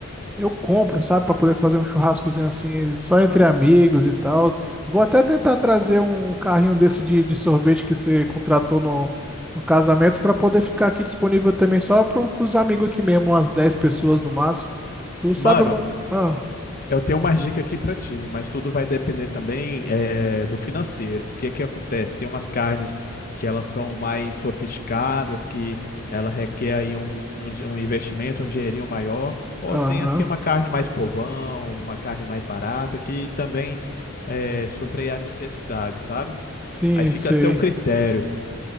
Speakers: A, in the centre; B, on the left.
A: eu compro, sabe, para poder fazer um churrascozinho assim, só entre amigos e tal. Vou até tentar trazer um carrinho desse de, de sorvete que você contratou no, no casamento para poder ficar aqui disponível também só para os amigos aqui mesmo, umas 10 pessoas no máximo. Tu sabe
B: Mano,
A: algum. Ah.
B: Eu tenho umas dicas aqui para ti, mas tudo vai depender também eh, do financeiro, porque o que acontece? Tem umas carnes que elas são mais sofisticadas, que ela requer aí um, um, di- um investimento, um dinheirinho maior, ou
A: Aham.
B: tem assim uma carne mais povão, uma carne mais barata, que também eh, supre a necessidade, sabe?
A: Sim,
B: Aí fica
A: sei.
B: a seu critério.